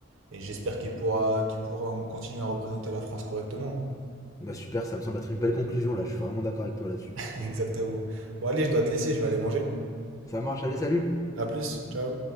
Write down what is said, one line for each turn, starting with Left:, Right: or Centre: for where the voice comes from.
Right: et j'espère qu'il pourra, qu'il pourra en- continuer à représenter la France correctement.
Left: Bah super, ça me semble être une belle conclusion là, je suis vraiment d'accord avec toi là-dessus.
Right: <laughs> Exactement. Bon, allez, je dois te laisser, je vais aller manger.
Left: Ça marche, allez, salut
Right: À plus, ciao.